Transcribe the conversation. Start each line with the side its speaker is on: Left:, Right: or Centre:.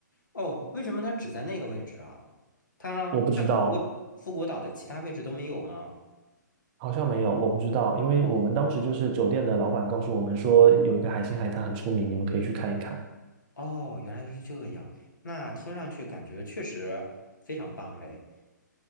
Left: 哦，为什么它只在那个位置啊？它在富国富国岛的其他位置都没有吗？
Right: 我不知道。好像没有，我不知道，因为我们当时就是酒店的老板告诉我们说，
Left: 哦
Right: 有一个海星海滩很出名，你们可以去看一看。
Left: 哦，原来是这样。那听上去感觉确实非常棒哎。